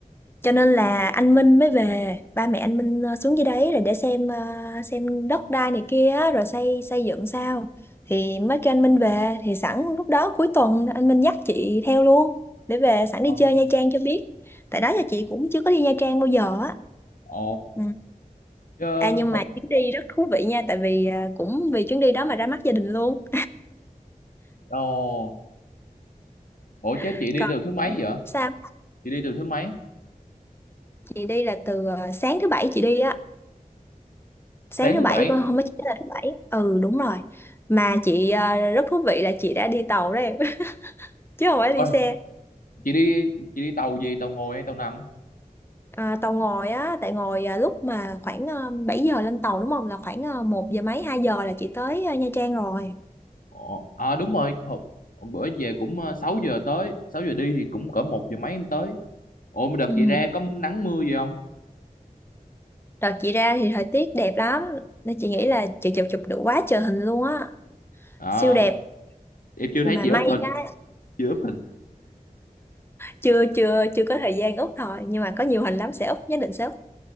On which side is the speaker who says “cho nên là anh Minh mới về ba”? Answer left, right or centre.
Left